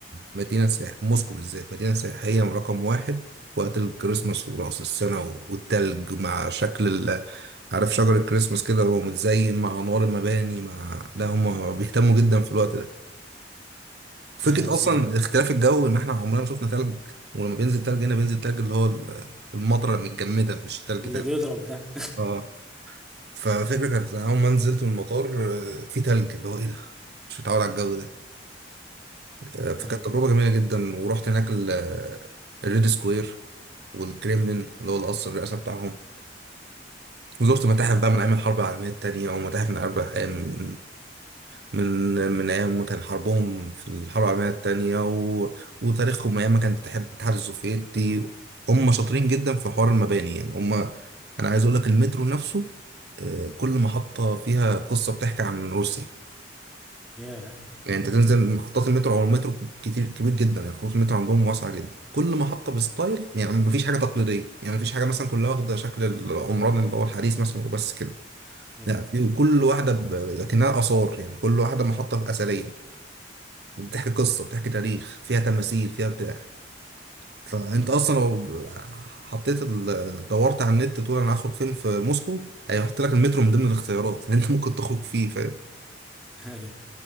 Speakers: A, on the right; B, in the centre.
A: مدينه سياح موسكو بالذات مدينه سياحيه رقم واحد وقت الكريسماس وراس السنه والتلج مع شكل ال... عارف شجر الكريسماس كده هو متزين مع انوار المباني مع لا هم بيهتموا جدا في الوقت ده فكرة
B: يا روسيا
A: أصلا
B: جميلة
A: اختلاف
B: عموماً.
A: الجو إن إحنا عمرنا ما شفنا تلج ولما بينزل تلج هنا بينزل تلج اللي هو ال- المطرة المتجمدة مش تلج
B: اللي
A: تلج
B: بيضرب ده
A: اه ففكرة كانت أول ما نزلت من المطار آه، في تلج اللي هو إيه ده مش متعود على الجو ده آه، فكانت
B: <laughs> أيوة
A: تجربة جميلة جدا ورحت هناك ال- آه، الريد سكوير والكريملين اللي هو القصر الرئاسة بتاعهم وزرت متاحف
B: ده حلو آه.
A: بقى من أيام الحرب العالمية التانية ومتاحف من أربع أيام من من ايام ما كان حربهم في الحرب العالميه الثانيه و... وتاريخهم ايام ما كان الاتحاد الاتحاد السوفيتي هم شاطرين جدا في حوار المباني يعني هم انا عايز اقول لك المترو نفسه آه، كل محطه فيها قصه بتحكي عن روسيا
B: يا
A: يعني انت تنزل محطات المترو او المترو كتير كبير جدا يعني خطوط المترو عندهم واسعه جدا كل محطه بستايل يعني مفيش حاجه تقليديه يعني مفيش حاجه مثلا كلها واخده شكل العمران اللي هو الحديث مثلا وبس كده
B: اه
A: لا في كل واحده ب... لكنها اثار يعني كل واحده محطه اثريه بتحكي قصة بتحكي تاريخ فيها تماثيل فيها بتاع فانت
B: آه.
A: اصلا لو حطيت ال... دورت على النت تقول انا هخرج فين في موسكو هيحط لك المترو من ضمن الاختيارات <laughs> اللي انت ممكن تخرج فيه فاهم
B: أيوة